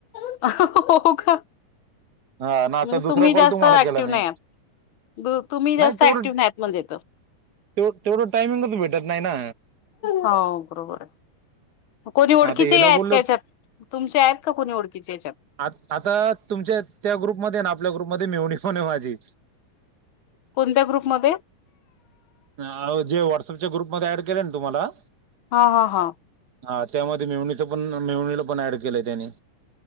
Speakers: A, on the left; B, on the right.
A: हो का
B: हा ना
A: म्हणजे
B: आता
A: तुम्ही
B: दुसरा
A: जास्त
B: कॉल तुम्हाला
A: ऍक्टिव्ह
B: केला मी
A: नाही आहात तुम्ही जास्त
B: नाही तेवढं
A: ऍक्टिव्ह नाही आहात म्हणजे इथं.
B: ते तेवढं टाइमिंगच भेटत नाही ना
A: हो बरोबर कोणी ओळखीचे
B: आता हिला
A: आहेत
B: बोललो
A: का याच्यात तुमचे आहेत का कोणी ओळखीचे याच्यात
B: आ आता तुमच्या त्या ग्रुपमध्ये ना आपल्या ग्रुपमध्ये मेव्हणी पण आहे माझी
A: कोणत्या ग्रुप मध्ये
B: आओ जे व्हॉट्सअपच्या ग्रुपमध्ये ॲड केलय तुम्हाला
A: हा, हा, हा
B: हा त्यामध्ये मेव्हणीच पण मेव्हणीला पण ऍड केलंय त्यानी